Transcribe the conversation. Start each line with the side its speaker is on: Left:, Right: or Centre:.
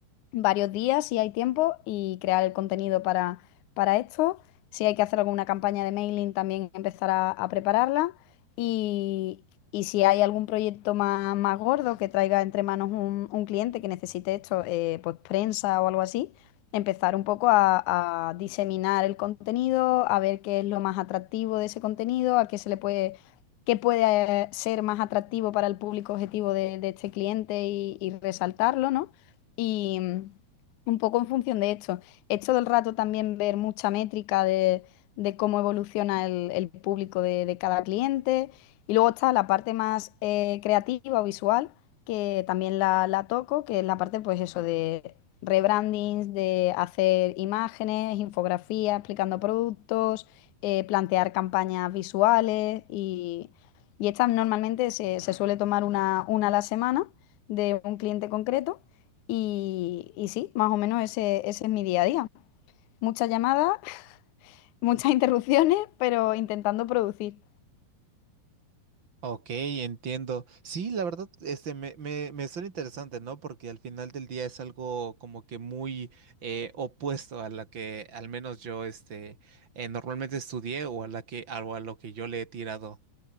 Left: varios días si hay tiempo y crear el contenido para, para esto si hay que hacer alguna campaña de mailing, también empezar a, a prepararla. Y, y si hay algún proyecto más, más gordo que traiga entre manos un, un cliente que necesite esto, eh, pues prensa o algo así, empezar un poco a, a diseminar el contenido, a ver qué es lo más atractivo de ese contenido, a qué se le puede, qué puede eh, ser más atractivo para el público objetivo de, de este cliente y, y resaltarlo, ¿no? Y mm, un poco en función de esto es todo el rato también ver mucha métrica de, de cómo evoluciona el, el público de, de cada cliente. Y luego está la parte más eh, creativa o visual, que también la, la toco, que es la parte, pues eso, de rebrandings, de hacer imágenes, infografías, explicando productos, eh, plantear campañas visuales y, y estas normalmente se, se suele tomar una, una a la semana de un cliente concreto. Y, y sí, más o menos ese, ese es mi día a día. Muchas llamadas, <laughs> muchas interrupciones, pero intentando producir.
Right: Ok, entiendo. Sí, la verdad, este, me, me, me suena interesante, ¿no? Porque al final del día es algo como que muy eh, opuesto a la que al menos yo, este, eh, normalmente estudié o a la que, a- o a lo que yo le he tirado.